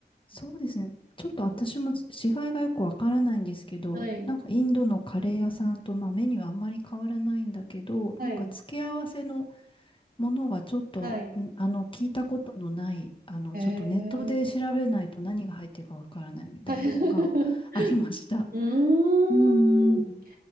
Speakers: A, on the left (about 30°); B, on the right (about 50°).
A: そうですね。ちょっと私も違いがよくわからないんですけど、
B: はい。
A: なんかインドのカレー屋さんと、まあ、メニューあんまり変わらないんだけど、
B: はい。
A: なんか付け合わせのものがちょっと、
B: はい。
A: んあの、聞いたことのない、あの、
B: ええ
A: ちょっとネットで調べないと何が入ってるかわからないみたいなのがありました。
B: はい。<laughs> うーん。
A: うーん。